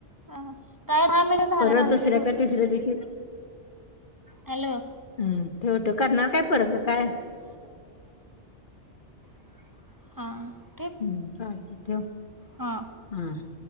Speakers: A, on the right; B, on the left.
A: हा काय दहा मिनिट झालं
B: परत
A: चालते
B: दुसऱ्या
A: ठेवते
B: का तीसऱ्या दिवशी <inaudible>
A: हॅलो, <inaudible>
B: हं ठेव तो करणार काय? फरक काय? <inaudible>
A: <inaudible> हा.
B: हम्म चालतंय ठेव. <inaudible>
A: हां
B: हा. <inaudible>